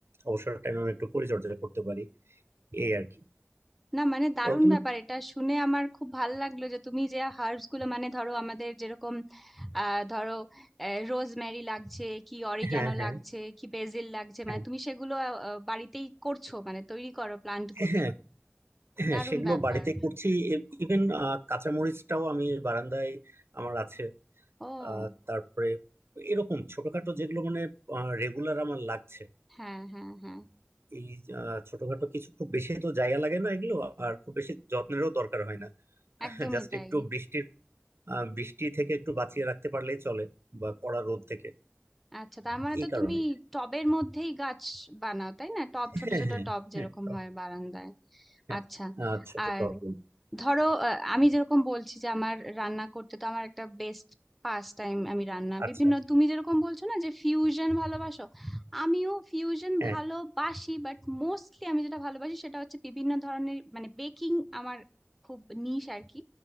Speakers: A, on the right (about 65°); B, in the centre.
A: অবসর টাইমে আমি একটু পরিচর্যা করতে পারি এই আর কি
B: না মানে দারুণ
A: তো তুমি
B: ব্যাপার এটা শুনে আমার খুব ভালো লাগলো যে তুমি যে হার্বস গুলো মানে ধরো আমাদের যেরকম আহ ধরো রোজমেরি লাগছে কি অরিগ্যানো
A: হ্যাঁ হ্যাঁ
B: লাগছে কি বেসিল লাগছে
A: হ্যাঁ
B: মানে তুমি সেগুলো আহ, বাড়িতেই করছো মানে তৈরি করো প্লান্ট গুলো
A: হ্যাঁ হ্যাঁ
B: দারুণ
A: সেগুলো
B: ব্যাপার
A: বাড়িতে করছি ইভেন কাঁচামরিচটাও আমি বারান্দায় আমার আছে
B: ও
A: আহ তারপরে এরকম ছোটখাটো যেগুলো মানে রেগুলার আমার লাগছে
B: হ্যাঁ হ্যাঁ হ্যাঁ
A: এই আহ, ছোটখাটো কিছু খুব বেশি তো জায়গা লাগে না এগুলো আর খুব বেশি যত্নেরও দরকার হয় না <laughs>
B: একদমই
A: জাস্ট
B: তাই
A: একটু বৃষ্টির আহ, বৃষ্টি থেকে একটু বাঁচিয়ে রাখতে পারলেই চলে বা কড়া রোদ থেকে
B: আচ্ছা তার মানে
A: এই
B: তো
A: কারণে
B: তুমি টবের মধ্যেই গাছ বানাও তাই না টব ছোট
A: হ্যাঁ
B: ছোট
A: হ্যাঁ
B: টব যেরকম
A: হ্যাঁ টক,
B: হয় বারান্দায়
A: হ্যাঁ।
B: আচ্ছা
A: আচ্ছা তো
B: আর
A: টক।
B: ধরো আহ, আমি যেরকম বলছি যে আমার রান্না করতে তো আমার একটা বেস্ট পাস টাইম আমি রান্না
A: আচ্ছা
B: বিভিন্ন তুমি যেরকম বলছো না যে ফিউশন ভালোবাসো আমিও ফিউশন
A: হ্যাঁ
B: ভালোবাসি বাট মোস্টলি আমি যেটা ভালোবাসি সেটা হচ্ছে বিভিন্ন ধরনের মানে বেকিং আমার খুব নিশ আর কি